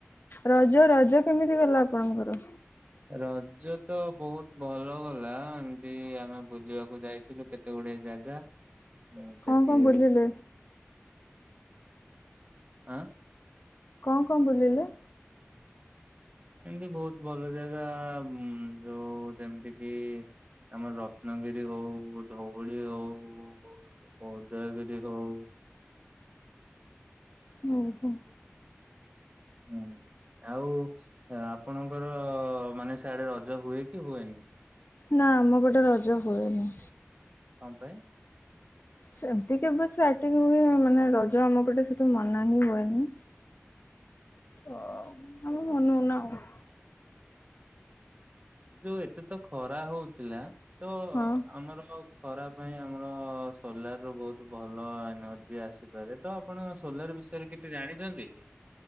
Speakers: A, on the left; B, on the right.
A: ରଜ ରଜ କେମିତି ଗଲା ଆପଣଙ୍କର?
B: ରଜ ତ ବହୁତ ଭଲ ଗଲା। ଏମତି ଆମେ ବୁଲିବାକୁ ଯାଇଥିଲୁ କେତେ ଗୁଡିଏ ଜାଗା। ମୁଁ ସେଠି
A: କଣ କଣ ବୁଲିଲେ?
B: ଆଁ?
A: କଣ କଣ ବୁଲିଲେ?
B: ଏମିତି ବହୁତ ଭଲ ଜାଗା ଯୋଉ ଯେମିତି କିି ଆମର ରତ୍ନଗିରି ହଉ, ଧଉଳି ହଉ ଉଦୟଗିରି ହଉ
A: ଓହୋଃ।
B: ହୁଁ, ଆଉ ଆପଣଙ୍କର ମାନେ ସିଆଡେ ରଜ ହୁଏ କି ହୁଏନି?
A: ନାଁ ଆମ ପଟେ ରଜ ହୁଏନି।
B: କଣ ପାଇଁ?
A: ସେମିତି କେବେ ସ୍ଲାଇଡ୍ ଟିକେ ହୁଏ ମାନେ ରଜ ଆମ ପଟେ ସେତେ ମନା ହିଁ ହୁଏନି। ଓଃ। ଆମେ ମନଉନା ଆଉ।
B: ଯୋଉ ଏତେ ତ ଖରା ହଉଥିଲା ତ
A: ହଁ।
B: ଆମର ଖରା ପାଇଁ ଆମର ସୋଲାର ରୁ ବହୁତ ଭଲ ଏନର୍ଜି ଆସିପାରେ। ତ ଆପଣ ସୋଲାର ବିଷୟରେ କିଛି ଜାଣିଛନ୍ତି କି?